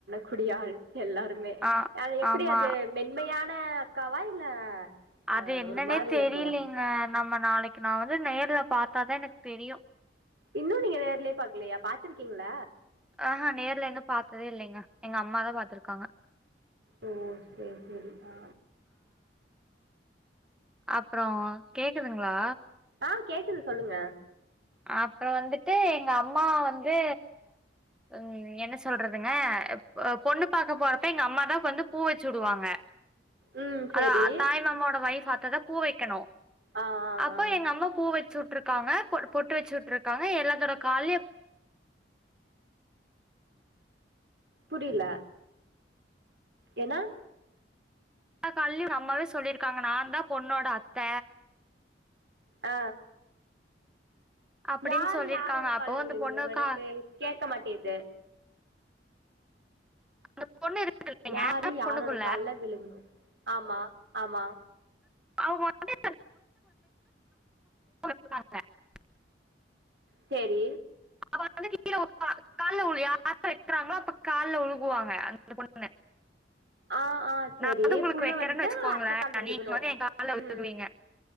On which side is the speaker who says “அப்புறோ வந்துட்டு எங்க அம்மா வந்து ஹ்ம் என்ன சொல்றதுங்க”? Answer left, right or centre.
Centre